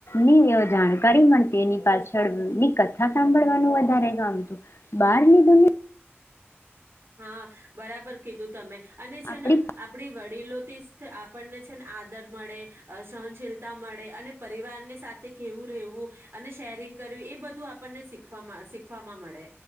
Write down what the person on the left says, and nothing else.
ની એ જાણકારી મળતી એની પાછળની કથા સાંભળવાનું વધારે ગમતું. બહારની દુનિયા
આપણી